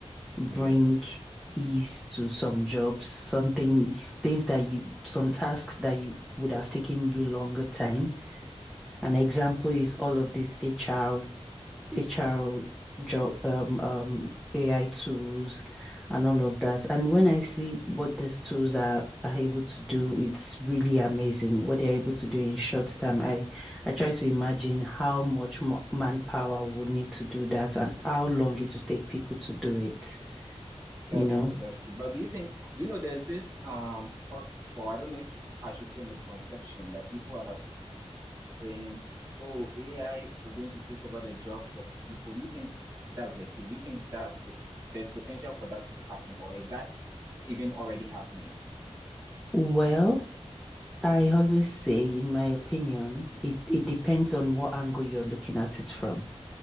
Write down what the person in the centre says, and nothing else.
bring
ease to some jobs, something things that you some tasks that you would have taken you longer time. An example is all of this HR HR job, um, um, AI tools and all of that. And when I see what these tools are, are able to do, it's really amazing what they're able to do in short time. I, I try to imagine how much mo- manpower would need to do that and how long it would take people to do it,
you know?
Well, I always say, in my opinion, it, it depends on what angle you're looking at it from.